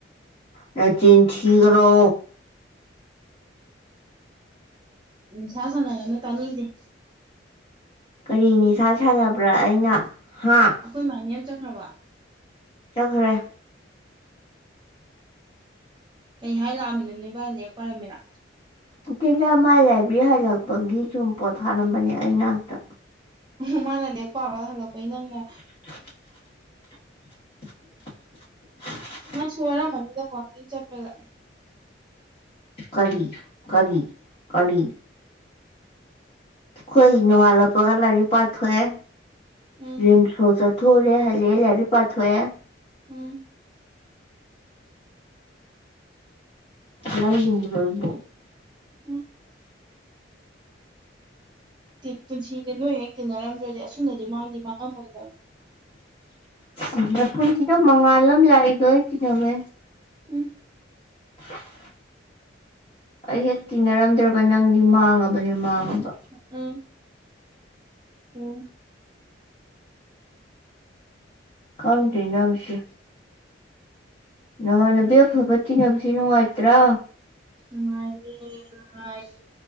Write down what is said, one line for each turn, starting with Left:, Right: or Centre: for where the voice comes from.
Left: ꯅꯆꯤꯟ ꯊꯤꯒꯅꯨ
Right: ꯅꯤꯁꯥ ꯁꯥꯟꯅꯒꯅꯨ ꯇꯅꯤꯡꯗꯦ
Left: ꯀꯔꯤ ꯅꯤꯁꯥ ꯁꯥꯟꯅꯕ꯭ꯔꯥ ꯑꯩꯅ ꯍꯥ
Right: ꯑꯩꯈꯣꯏ ꯃꯥꯏꯅꯦꯜ ꯆꯠꯈ꯭ꯔꯥꯕꯣ
Left: ꯆꯠꯈ꯭ꯔꯦ
Right: ꯀꯩ ꯍꯥꯏ ꯂꯥꯛꯑꯃꯤꯅꯣ ꯅꯣꯏꯕꯥꯏ ꯂꯥꯢꯔꯤꯛ ꯄꯔꯝꯃꯤꯔ
Left: ꯅꯠꯇꯦꯗ ꯃꯥꯏ ꯂꯥꯏꯕ꯭ꯔꯦꯔꯤ ꯍꯜꯂꯛꯄꯒꯤ ꯁꯨꯝ ꯄꯣꯠꯊꯥꯔꯝꯕꯅꯦ ꯑꯩ ꯅꯥꯛꯇ
Right: ꯎ ꯃꯥꯅ ꯂꯥꯢꯔꯤꯛ ꯄꯥꯎꯔꯒ ꯍꯜꯂꯛꯄꯒꯤ ꯅꯪꯅ
Left: <unintelligible>
Right: ꯅꯪꯁꯨ ꯋꯥꯔꯝꯃꯅꯤꯗ ꯋꯥꯛꯀꯤꯡ ꯆꯠꯄꯗ
Left: ꯀꯔꯤ ꯀꯔꯤ ꯀꯔꯤ ꯑꯩꯈꯣꯏ ꯅꯣꯡꯉꯥꯜꯂꯛꯄꯒ ꯂꯥꯏꯔꯤꯛ ꯄꯥꯊꯣꯛꯑꯦ
Right: ꯎꯝ
Left: ꯔꯤꯝꯁ ꯐꯧ ꯆꯠꯊꯣꯛꯎꯔꯦ ꯍꯜꯂꯦ ꯂꯥꯏꯔꯤꯛ ꯄꯥꯊꯣꯛꯑꯦ
Right: ꯎꯝ
Left: ꯅꯪ ꯒꯨꯝꯕ꯭ꯔꯣ ꯑꯩꯕꯣ
Right: ꯎꯝ ꯇꯦ ꯄꯨꯟꯁꯤꯁꯦ ꯅꯣꯏ ꯍꯦꯛ ꯇꯤꯟꯅꯔꯝꯗ꯭ꯔꯗꯤ ꯑꯁꯨꯝꯅꯗꯤ ꯃꯥꯡꯗꯤ ꯃꯥꯡꯉꯝꯃꯣꯏꯗꯕꯅꯤ
Left: ꯎꯝ ꯅꯄꯨꯨꯟꯁꯤꯗ ꯃꯉꯥꯜ ꯑꯃ ꯂꯥꯛꯏꯗꯣ ꯑꯩ ꯇꯤꯟꯅꯕꯩꯅꯤ
Right: ꯎꯝ
Left: <unintelligible> ꯑꯩ ꯍꯦꯛ ꯇꯤꯟꯅꯔꯝꯗ꯭ꯔꯕ ꯅꯪꯗꯤ ꯃꯥꯡꯉꯕꯅꯦ ꯃꯥꯡꯉꯕ
Right: ꯎꯝ ꯑꯣ
Left: ꯈꯪꯗꯦ ꯅꯪꯁꯦ ꯅꯃꯥꯟꯅꯕꯤ ꯑꯐꯕ ꯇꯤꯟꯅꯕꯁꯦ ꯅꯨꯡꯉꯥꯏꯇ꯭ꯔꯥ
Right: ꯅꯨꯡꯉꯥꯏꯔꯦ ꯅꯨꯡꯉꯥꯏꯔꯦ